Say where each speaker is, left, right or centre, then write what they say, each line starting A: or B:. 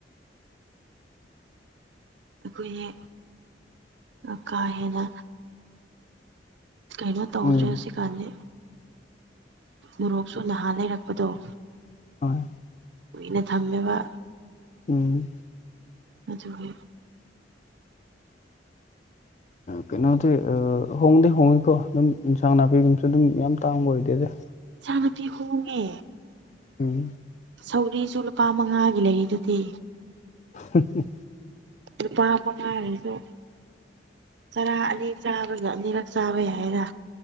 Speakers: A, on the right (about 70°); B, on the left (about 40°).
A: ꯀꯨꯏꯌꯦ ꯑꯀꯥ ꯍꯦꯟꯅ ꯀꯩꯅꯣ ꯇꯧꯗ꯭ꯔꯦ
B: ꯎꯝ
A: ꯍꯧꯖꯤꯛꯀꯥꯟꯗꯤ ꯃꯣꯔꯣꯛꯁꯨ ꯅꯍꯥꯟ ꯂꯩꯔꯛꯄꯗꯣ
B: ꯍꯣꯏ
A: ꯀꯨꯏꯅ ꯊꯝꯃꯦꯕ
B: ꯎꯝ
A: ꯑꯗꯨꯒꯤ
B: ꯀꯩꯅꯣꯗꯤ ꯑ ꯍꯣꯡꯗꯤ ꯍꯣꯡꯉꯤꯀꯣ ꯑꯗꯨꯝ ꯏꯟꯁꯥꯡ ꯅꯥꯄꯤꯒꯨꯝꯕ ꯁꯨ ꯑꯗꯨꯝ ꯌꯥꯝ ꯇꯥꯡꯕ ꯑꯣꯏꯗꯦꯗ ꯑꯁ
A: ꯏꯆꯥ ꯅꯨꯨꯄꯤ ꯍꯣꯡꯉꯦ
B: ꯎꯝ
A: ꯁꯧꯔꯤꯁꯨ ꯂꯨꯄꯥ ꯃꯉꯥꯒꯤ ꯂꯩꯔꯤꯗꯨꯗꯤ
B: ꯎꯝ ꯎ
A: ꯂꯨꯄꯥ ꯃꯉꯥꯁꯤꯁꯨ ꯆꯔꯥ ꯑꯅꯤ ꯆꯥꯕꯗ ꯑꯅꯤꯔꯛ ꯆꯥꯕ ꯌꯥꯏꯌꯦꯗ